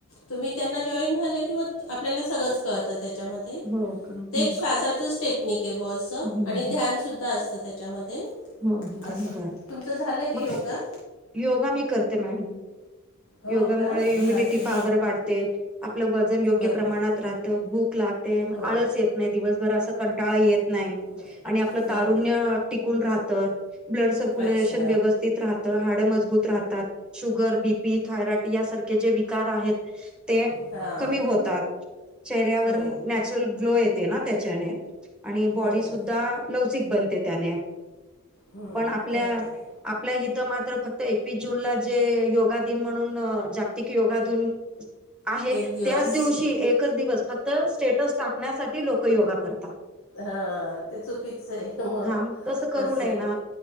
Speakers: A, on the left; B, in the centre.
A: तुम्ही त्यांना जॉईन झालं कि आपल्याला सगळंच कळतं त्या च्या मध्ये
B: हो का
A: ते
B: हो
A: एक श्वासाचं
B: का
A: टेक्निक आहे बुवा असं
B: हम्म हम्म.
A: आणि ध्यानसुद्धा असतं त्याच्यामध्ये
B: हो काय
A: असं
B: बर
A: तुमचं झालं आहे का
B: मग
A: योगा
B: योगा मी करते मॅडम
A: हो
B: योगामुळे
A: का
B: ह्युमिडिटी
A: अच्छा
B: पावर वाढते. आपलं वजन योग्य
A: बरोबर
B: प्रमाणात
A: आहे
B: राहतं भूक लागते.
A: हो
B: आळस येत नाही दिवसभर असं कंटाळा येत नाही
A: बरोबर
B: आणि आपलं
A: बरोबर
B: तारुन्य
A: आहे
B: टिकून राहत, ब्लड सर्क्युलेशन
A: अच्छा
B: व्यवस स्थित राहत हाड मजबूत राहतात. शुगर, बी पी, थायरॉईड यासारखे जे विकार आहेत ते
A: हां
B: कमी होतात. चेहऱ्यावर
A: हो
B: नॅचरल ग्लो येते ना त्याच्याने आणि बॉडी
A: बरोबर
B: सुुद्धा
A: आहे
B: लवचिक बनते त्याने
A: हम्म
B: पण आपल्या
A: बरोबर आहे
B: आपल्या इथं मात्र फक्त एकवीस जूनला जे योगा दिन म्हणून की योगातून आहे
A: एक दिवस
B: त्याच दिवशी एकच दिवस फक्त स्टेटस टाकण्यासाठी लोक योगा करतात.
A: हा ते चुकीच आहे मग
B: हा तसं करू
A: असं
B: नये
A: आहे
B: ना